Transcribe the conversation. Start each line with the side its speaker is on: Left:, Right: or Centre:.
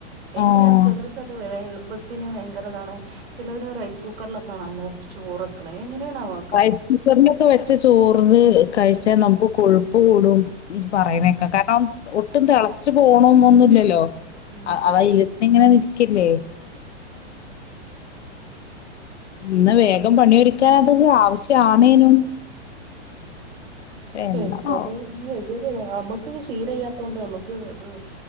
Right: എങ്ങനെയാണ്
Left: ആഹ്
Right: ചിലർക്ക് അത് വേ എളു പ്പത്തിന് ഭയങ്കരതാണ്. ചിലവര് റൈസ് കുക്കറിലൊക്ക കാണ ല്ലാ ചോറക്ക്ണ് എങ്ങനേണാവോ
Left: റൈസ് കുക്കർലൊക്കെ വെച്ച ചോറ്
Right: ഉം
Left: കഴിച്ചാൽ നമുക്ക് കൊഴുപ്പ് കൂടും. ഉം പറയ്ണേക്ക ക ണം ഒട്ടും തിളച്ചു പോണും ഒന്നുല്ലല്ലോ.
Right: ഉം
Left: അ
Right: ഉം
Left: അത് അയ്ലന്നെ ഇങ്ങനെ നിൽക്കല്ലേ. ഇന്ന വേഗം പണി ഒരുക്കാൻ അത് ആവശ്യ ആണേനും
Right: ഉം
Left: എന്താണാവോ
Right: പെട്ടെന്ന് <unintelligible> നമ്മക്ക് ഇത് ശീലയ്യാത്തൊണ്ട് നമ്മക്ക് ഇത്